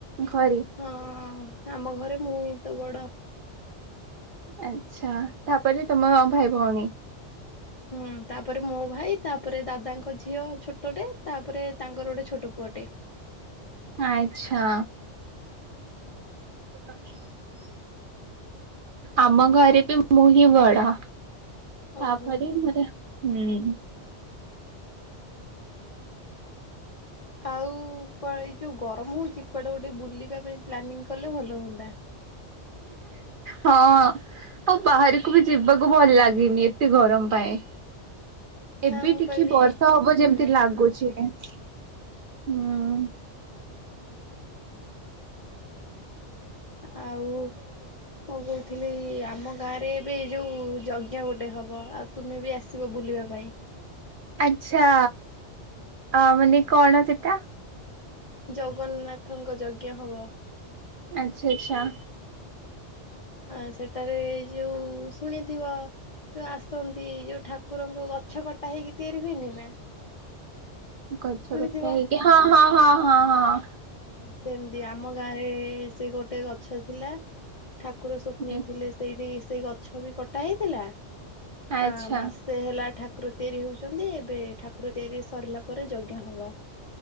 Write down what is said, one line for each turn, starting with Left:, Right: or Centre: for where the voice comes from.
Right: ଘରେ?
Left: ହଁ ଆମ ଘରେ ମୁଁ ହିଁ ତ ବଡ।
Right: ଆଛା ତାପରେ ତମ ଭାଇ ଭଉଣୀ।
Left: ହୁଁ ତାପରେ ମୋ ଭାଇ ତାପରେ ଦାଦାଙ୍କ ଝିଅ ଛୋଟ ଟେ ତାପରେ ତାଙ୍କର ଗୋଟେ ଛୋଟ ପୁଅଟେ।
Right: ଆଚ୍ଛା। <inaudible> ଆମ ଘରେ ବି ମୁଁ ହିଁ ବଡ। ତାପରେ
Left: ଓହୋ।
Right: ହିଁ ମୋର ହୁଁ।
Left: ଆଉ କୁଆଡେ ଏଇ ଯୋଉ ଗରମ ହଉଛି କୁଆଡେ ଗୋଟେ ବୁଲିବା ପାଇଁ ପ୍ଲାନିଂ କଲେ ଭଲ ହୁଅନ୍ତା।
Right: ହଁ ଆଉ ବାହାରୁକୁ ବି ଯିବାକୁ ଭଲ ଲାଗିନି ଏତେ ଗରମ ପାଇଁ ।
Left: ନା
Right: ଏବେ
Left: ମୁଁ
Right: ଟିକେ
Left: କହିଲି
Right: ବର୍ଷା ହବ
Left: ହୁଁ
Right: ଯେମିତି ଲାଗୁଛି ହେ। ହୁଁ।
Left: ଆଉ ମୁଁ କହୁଥିଲି ଆମ ଗାଁ ରେ ଏବେ ଯୋଉ ଯଜ୍ଞ ଗୋଟେ ହବ ଆଉ ତୁମେ ବି ଆସିବ ବୁ ବୁଲିବା ପାଇଁ ।
Right: ଆଛା ଆ ମାନେ କଣ ସେଟା।
Left: ଜଗନ୍ନାଥଙ୍କ ଯଜ୍ଞ ହବ।
Right: ଆଛା ଆଛା।
Left: ଆ ସେଠାରେ ଏ ଯୋଉ ଶୁଣିଥିବ ଯୋଉ ଆସନ୍ତି ଯୋଉ ଠାକୁରଙ୍କୁ ଗଛ କଟା ହେଇକି ତିଆରି ହୁଏନି ନା।
Right: ଗଛ
Left: ଶୁଣିଥିବ
Right: କଟା ହେଇକି ହଁ ହଁ ହଁ ହଁ ହଁ ।
Left: ଉଁ ସେମିତି ଆମ ଗାଁ ରେ ସେ ଗୋଟେ ଗଛ ଥିଲା ଠାକୁର ସୋପ୍ନେଇଥିଲେ
Right: ହୁଁ।
Left: ସେଇଠି ସେଇ ଗଛ ବି କଟା ହେଇଥିଲା।
Right: ଆଚ୍ଛା
Left: ଆ ମାସେ ହେଲା ଠା ଠାକୁର ତିଆରି ହଉଛନ୍ତି ଏବେ ଠାକୁର ତିଆରି ସରିଲା ପରେ ଯଜ୍ଞ ହବ।